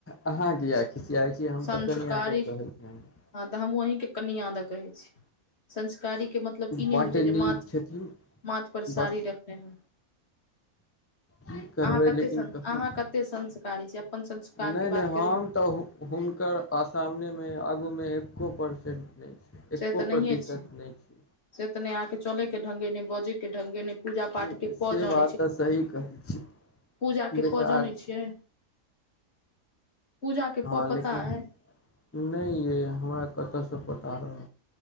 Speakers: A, on the left; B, on the left.
A: अहाँ किया
B: स
A: खिसियाइ छी हम
B: संस्कारी
A: तऽ कनिआँके कहै छियनि
B: हँ तऽ हमंहीं कन आदा कहे छी संस्कारी <unintelligible> के मतलब ई नै
A: बड्ड
B: होइ छै जे
A: नीक
B: माथ
A: छथिन
B: माथ पर
A: बस
B: साड़ी रखने रहै
A: की करबै
B: अहाँ कते
A: लेकिन
B: संस
A: कखनो
B: अहाँ कतेक संस्कारी छी अपन संस्कार
A: नहि
B: के
A: नहि
B: बात
A: हम
B: करियौ
A: तऽ हुनकर सामने मे आगूमे एको परसेन्ट नहि छी
B: से
A: एको
B: तऽ नहिये
A: प्रतिशत
B: छी
A: नै छै
B: से तऽ नहि आहाँके चलयके ढग‌ए नहि बजयके ढगेए नहि पूजा
A: छै
B: पाठ के क
A: से
B: जानै
A: बात
B: छै
A: तऽ सही कहै छी
B: पूजाके
A: बेकार
B: प जनै
A: छै
B: छियै पूजा के
A: हँ
B: प
A: लेकिन
B: पता अइ
A: नहि ये हमरा कतै सँ पता रह